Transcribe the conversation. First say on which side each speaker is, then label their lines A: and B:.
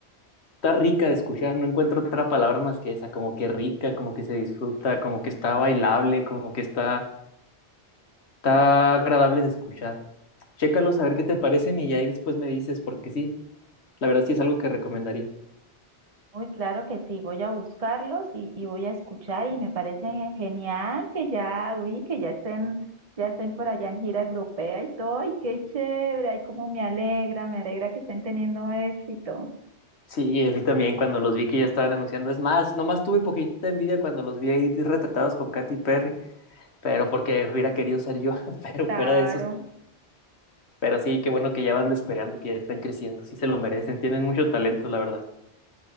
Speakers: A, on the left; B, on the right.
A: está rica de escuchar, no encuentro otra palabra más que esa, como que rica, como que se disfruta, como que está bailable, como que está, está agradable de escuchar. Chécalos a ver qué te parecen y ya ahí después me dices, porque sí, la verdad sí es algo que recomendaría.
B: muy claro que sí, voy a buscarlos y, y voy a escuchar y me parece genial que ya, uy, que ya estén, ya estén por allá en gira europea y todo, y qué chévere, ay, cómo me alegra, me alegra que estén teniendo éxito.
A: Sí, a mí también cuando los vi que ya estaban anunciando. Es más, nomás tuve poquita envidia cuando los vi ahí retratados con Katy Perry, pero porque hubiera querido ser yo, <laughs> pero
B: Claro.
A: fuera de eso. Pero sí, qué bueno que ya van despegando, que ya están creciendo, sí se lo merecen, tienen mucho talento, la verdad.